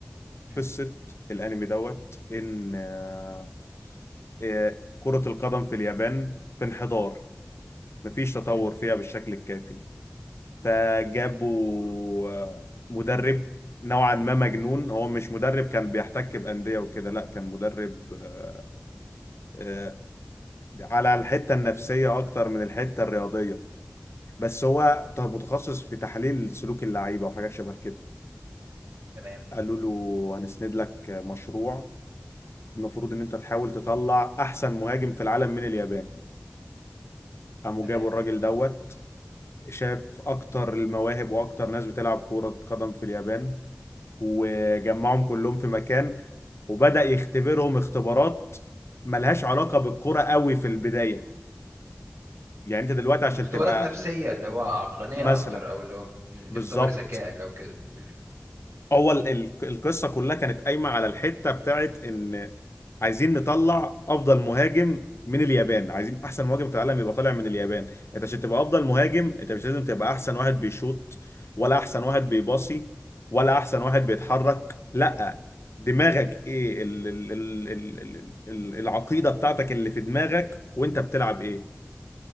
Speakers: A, on the right; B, on the left.
A: مم.
B: قصة الانمي دوت ان آه، آه، كرة القدم في اليابان في انحدار مفيش تطور
A: مم.
B: فيها بالشكل الكافي فجابوا آه، مدرب نوعا ما مجنون هو مش مدرب كان بيحتك بأندية وكده لا كان مدرب آه، آه، على الحتة النفسية اكتر من الحتة الرياضية بس هو ت- متخصص في تحليل سلوك اللعيبه وحاجات شبه كده
A: تمام
B: قالوا له هنسند لك مشروع المفروض ان انت تحاول تطلع احسن مهاجم في العالم من اليابان قاموا
A: تمام
B: جابوا الراجل دوت شاف اكتر المواهب واكتر ناس بتلعب كرة قدم في اليابان وجمعهم كلهم في مكان وبدأ يختبرهم اختبارات ملهاش علاقة بالكرة قوي في البداية يعني انت دلوقتي
A: مم.
B: عشان
A: اختبارات
B: تبقى
A: نفسيه اللي هو عقلانيه
B: مثلا
A: اكتر او اللي هو مم.
B: بالظبط
A: يختبر ذكائك او كده مم.
B: هو ال- ال- القصه كلها كانت قايمه على الحته بتاعت ان عايزين نطلع افضل مهاجم من اليابان عايزين احسن مهاجم في العالم يبقى طالع من اليابان انت عشان تبقى افضل مهاجم انت مش لازم تبقى احسن واحد بيشوط ولا احسن واحد بيباصي ولا احسن واحد بيتحرك لا دماغك ايه ال ال ال ال ال ال العقيده بتاعتك اللي في دماغك وانت بتلعب ايه